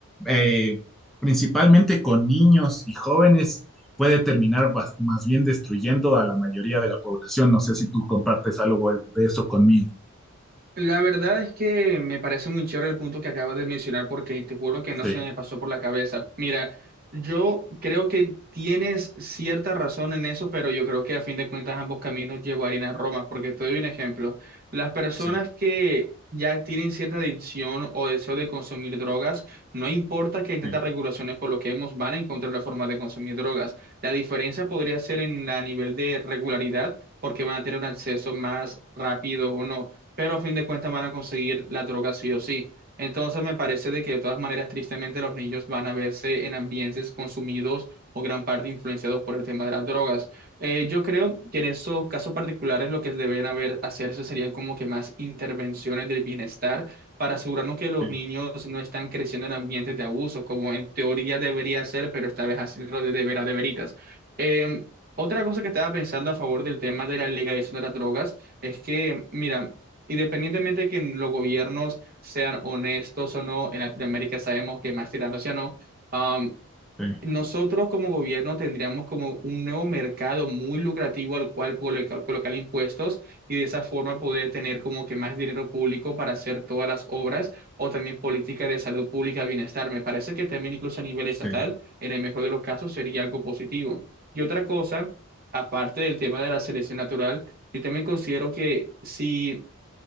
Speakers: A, in the centre; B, on the right (about 40°).
A: eh, principalmente con niños y jóvenes, puede terminar más, más bien destruyendo a la mayoría de la población. No sé si tú compartes algo de eso conmigo.
B: La verdad es que me parece muy chévere el punto que acabas de mencionar porque te juro que no
A: Sí,
B: se me pasó por la cabeza. Mira, yo creo que tienes cierta razón en eso, pero yo creo que a fin de cuentas ambos caminos llevarían a Roma, porque te doy un ejemplo. Las personas
A: sí,
B: que ya tienen cierta adicción o deseo de consumir drogas, no importa que tantas
A: sí,
B: regulaciones coloquemos, van a encontrar la forma de consumir drogas. La diferencia podría ser en a nivel de regularidad, porque van a tener un acceso más rápido o no pero a fin de cuentas van a conseguir la droga sí o sí. Entonces me parece de que de todas maneras, tristemente, los niños van a verse en ambientes consumidos o gran parte influenciados por el tema de las drogas. Eh, yo creo que en esos casos particulares lo que deben haber, hacerse serían como que más intervenciones del bienestar para asegurarnos que los
A: sí,
B: niños no están creciendo en ambientes de abuso, como en teoría debería ser, pero esta vez hacerlo de, de veras, de veritas. Em, otra cosa que estaba pensando a favor del tema de la legalización de las drogas es que, mira, Independientemente de que los gobiernos sean honestos o no, en Latinoamérica sabemos que más tirando hacia no, am,
A: sí.
B: nosotros como gobierno tendríamos como un nuevo mercado muy lucrativo al cual colocar, colocar impuestos y de esa forma poder tener como que más dinero público para hacer todas las obras o también políticas de salud pública, bienestar. Me parece que también incluso a nivel estatal,
A: sí.
B: en el mejor de los casos, sería algo positivo. Y otra cosa, aparte del tema de la selección natural, yo también considero que si